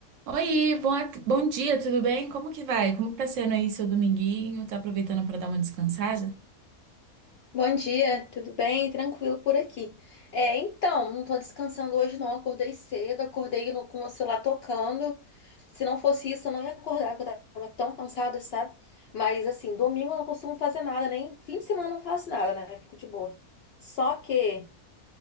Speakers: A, on the right (about 65°); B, on the left (about 70°).
A: Oi, bom, bom dia, tudo bem? Como que vai? Como que tá sendo aí seu dominguinho? Tá aproveitando pra dar uma descansada?
B: Bom dia, tudo bem? Tranquilo por aqui. É, então, não tô descansando hoje não, acordei cedo, acordei no- com o celular tocando. Se não fosse isso, eu não ia acordar, porque eu tava tão cansada, sabe? Mas assim, domingo eu não costumo fazer nada, nem fim de semana eu não faço nada, né? Fico de boa. Só que